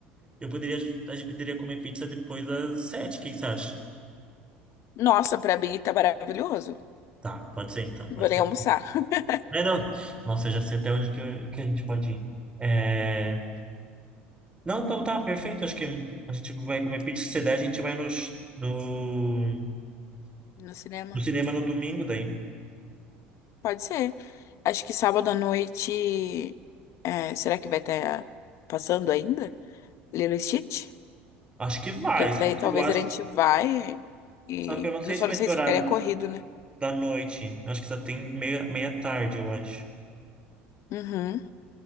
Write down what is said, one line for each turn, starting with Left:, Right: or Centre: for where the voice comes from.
Right: Eu poderia, a gente poderia comer pizza depois das 7. o que que você acha?
Left: Nossa, pra mim tá maravilhoso.
Right: Tá, pode ser então,
Left: Não
Right: pode
Left: vou nem
Right: ser.
Left: almoçar. <laughs>
Right: É, não, nossa, eu já sei até onde que, eu- que a gente pode ir. É... Não, então tá, perfeito. Acho que a gente vai comer pizza. Se der, a gente vai nos, do,
Left: No cinema?
Right: do cinema no domingo daí.
Left: Pode ser. Acho que sábado à noite. é, será que vai estar passando ainda? Lilo e Stitch?
Right: Acho que vai,
Left: Que
Right: só
Left: daí
Right: que
Left: talvez
Right: eu acho,
Left: a gente vai e.
Right: só que eu não sei
Left: Eu só
Right: se vai
Left: não sei
Right: ter horário
Left: se ficaria corrido, né?
Right: da noite. Eu Acho que só tem meia, meia tarde, eu acho.
Left: Uhum.